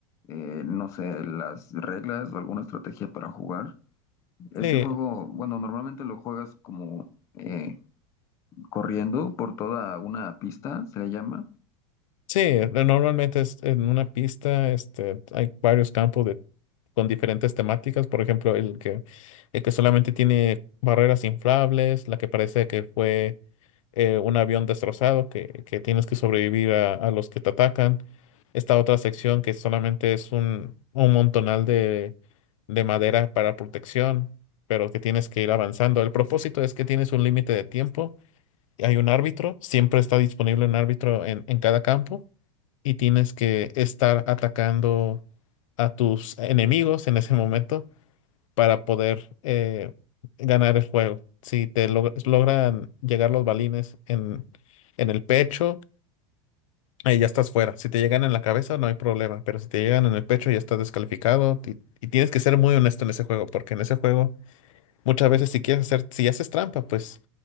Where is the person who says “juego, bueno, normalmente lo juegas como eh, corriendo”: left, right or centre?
Left